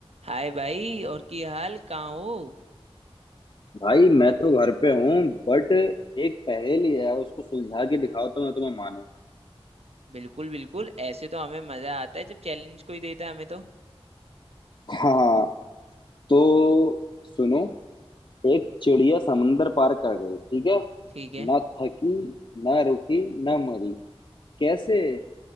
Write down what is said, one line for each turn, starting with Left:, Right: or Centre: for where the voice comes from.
Right: हाय भाई और की हाल कहाँ हो
Left: भाई मैं तो घर पे हूँ बट एक पहेली है उसको सुलझा के दिखाओ तो मैं तुम्हें मानूं
Right: बिल्कुल बिल्कुल ऐसे तो हमें मजा आता है जब चैलेंज कोई देता है हमें तो
Left: हाँ तो सुनो एक चिड़िया समंदर पार कर गई ठीक है
Right: ठीक है
Left: ना थकी ना रुकी ना मरी कैसे